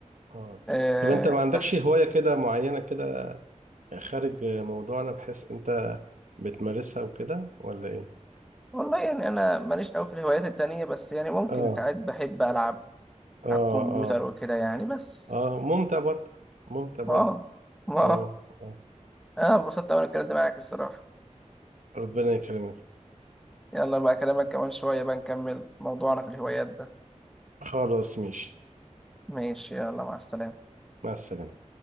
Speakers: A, on the right (about 80°); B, in the centre.
A: اه
B: آه
A: طب انت ما عندكش
B: بس
A: هواية كده معينة كده خارج موضوعنا بحيث انت بتمارسها وكده ولا ايه
B: والله يعني انا ماليش قوي في الهوايات التانية بس يعني ممكن
A: اه
B: ساعات بحب العب
A: اه
B: على الكمبيوتر
A: اه
B: وكده يعني بس
A: اه ممتع برضه ممتع برضه
B: ما أه، ما
A: اه,
B: أه.
A: آه.
B: انا انبسطت وانا اتكلمت معاك الصراحة
A: ربنا يكرمك
B: يلا بقى اكلمك كمان شوية بقى نكمل موضوعنا في الهوايات ده
A: خلاص ماشي
B: ماشي يلا مع السلامة
A: مع السلامة